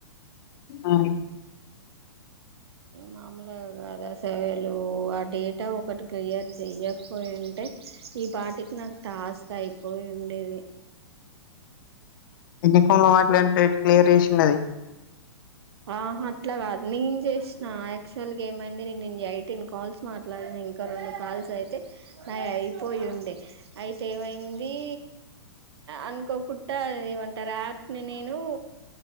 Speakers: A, on the left; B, on the right.
A: ఆ
B: మామూలుగా కాదా అసలు ఆ డేటా ఒకటి క్లియర్ చెయకపోయింటే ఈ పాటికి నాకు టాస్క్ అయిపోయిఉండేది
A: ఎన్ని కాల్ మాట్లాడితే క్లియర్ చేసిండది
B: ఆ అట్లాగాదు నేను చేసినా యాక్చువల్ గా ఏమైంది నేను ఐటీన్ కాల్స్ మాట్లా ఇంకా రెండు కాల్స్ అయితే నై అయిపోయిండే అయితే ఏమైంది అనుకోకుడా ఏమంటారు యాప్ ని నేను